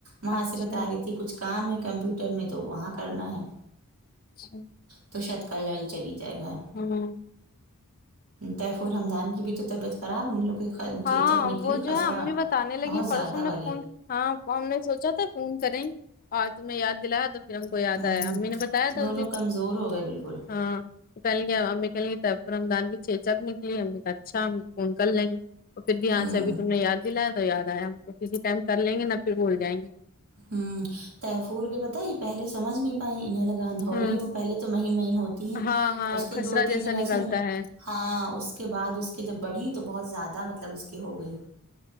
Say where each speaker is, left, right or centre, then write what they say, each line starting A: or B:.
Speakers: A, on the right; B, on the left.
A: وہاں
B: اچھا
A: سے بتا رہی تھی کچھ کام ہے کمپیوٹر میں تو وہاں کرنا ہے
B: <unintelligible>
A: تو شتکالکلل چلے جائے گا
B: <unintelligible>
A: طیفور ہمدان کی بھی تو طبیعت خراب ہم لوگ کی چیچک
B: ہاں
A: نکلی
B: وہ جو
A: خسرہ
B: ہے امی بتانے لگی
A: بہت زیادہ
B: پرسوں نے
A: والی
B: فون ہاں ہم نے سوچا تھا فون کریں بعد میں یاد دلایا تو پھر ہم کو یاد
A: ہوں
B: آیا امی نے بتایا تھا
A: دونوں
B: اس دن
A: کمزور ہو گئے بالکل
B: ہاں تو کہنے لگی طیفور ہمدان کے چیچک نکلی ہم نےکہا اچھا ہم فون کر لیں گے تو پھر دی حان
A: ہوں
B: سے ابھی تم نے یاد دلایا تو یاد ایا ہم تو کسی ٹائم کریں گے نہ پھر بھول جائیں گے
A: ہم تیفور نے بتائیں پہلے سمجھ نہیں پائے انہیں الگ کہاں اندہوری
B: ہوں
A: ہے وہ پہلے تو مہین مہین ہوتی ہے
B: ہاں ہاں
A: اس
B: وہ
A: کے
B: خسرا
A: دو تین
B: جیسا
A: دن ایسے
B: نکلتا
A: نہیں
B: ہے
A: ہاں اس کے بعد اس کے جب بڑھی تو بہت زیادہ مطلب اس کے ہو گئیں